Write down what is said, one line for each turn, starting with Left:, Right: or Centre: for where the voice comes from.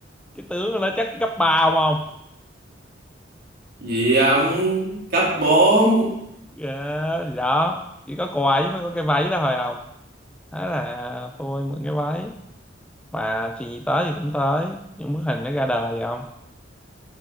Centre: cái tướng của nó chắc cấp 3 không không
Right: gì ông cấp bốn
Centre: Dạ, thì đó chỉ có quà ấy mới có cái váy đó thôi không thế là tôi mượn cái váy và chuyện gì tới thì cũng tới những bức hình nó ra đời vậy không